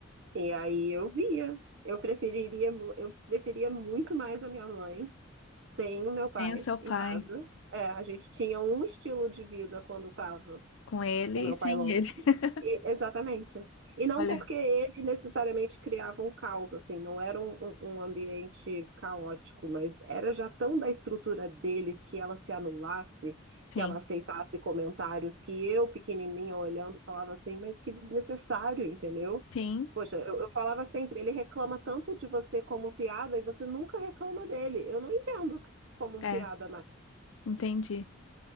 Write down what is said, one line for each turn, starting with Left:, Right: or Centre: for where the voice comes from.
Right: E aí eu via, eu preferiria, mu- eu preferia muito mais a minha mãe sem o meu pai
Left: Sem o seu pai,
Right: em casa. É, a gente tinha um estilo de vida quando estava
Left: com ele
Right: com meu
Left: e sem
Right: pai longe.
Left: ele. <laughs>
Right: E- exatamente. E não
Left: Olha,
Right: porque ele necessariamente criava um caos, assim, não era um, um- um ambiente caótico, mas era já tão da estrutura deles que ela se anulasse,
Left: sim,
Right: que ela aceitasse comentários que eu, pequenininha, olhando, falava assim, mas que desnecessário, entendeu?
Left: sim,
Right: Poxa, eu, eu falava sempre, ele reclama tanto de você como piada e você nunca reclama dele. Eu não entendo como
Left: é,
Right: piada mais.
Left: entendi.